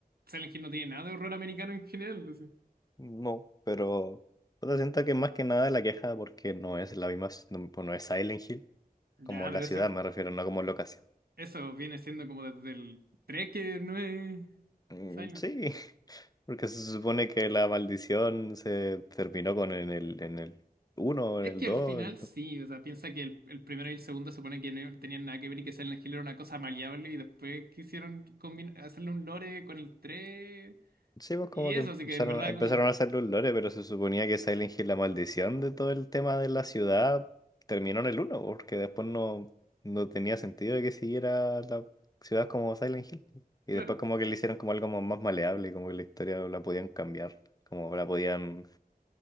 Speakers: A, on the right; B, on the left.
A: Silent Hill no tiene nada de horror americano en general. así.
B: no, pero puta, siento que más que nada la queja porque no es la misma, no, pues no es Silent Hill,
A: Ya,
B: como
A: pero
B: la ciudad
A: eso,
B: me refiero, no como locación.
A: eso viene siendo como desde el 3 que no es
B: Mm,
A: Silent
B: Sí,
A: Hill.
B: <laughs> porque se supone que la maldición se terminó con en el en el uno
A: Es
B: en el
A: que
B: dos
A: al final sí, o sea, piensa que el, el primero y el segundo se supone que no tenían nada que ver y que Silent Hill era una cosa maleable y después quisieron combi- hacerle un lore con el 3
B: Sí, pues
A: y
B: como
A: eso,
B: que empezaron,
A: así que en verdad
B: empezaron
A: como,
B: a hacer los lore, pero se suponía que Silent Hill, la maldición de todo el tema de la ciudad, terminó en el uno porque después no, no tenía sentido de que siguiera la ciudad como Silent Hill. Y
A: claro.
B: después como que le hicieron como algo como más maleable, como que la historia la podían cambiar, como la podían